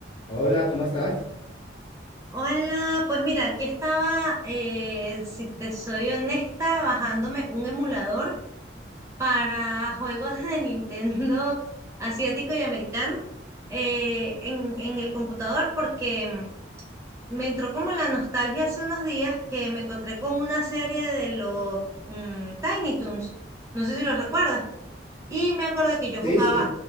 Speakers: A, on the left; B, on the right.
A: Hola, ¿cómo estás?
B: Hola, pues mira, aquí estaba, eh, si te soy honesta, bajándome un emulador para juegos de Nintendo asiático y americano eh, en, en el computador porque mm, me entró como la nostalgia hace unos días que me encontré con una serie de los mm, Tiny Toons, no sé si los recuerdas, y me acordé que yo
A: Sí,
B: jugaba,
A: sí,